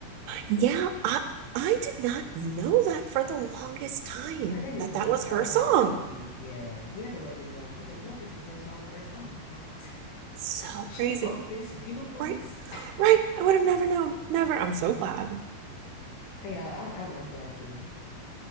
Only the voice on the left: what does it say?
<laughs> I didn't either.
My
father
had to tell me, yeah, he had to let me know. He was like, you know, this was her song first. I'm like, what?
She
wrote this beautifulness?
<laughs>
Yeah, I, I'm I'm glad to.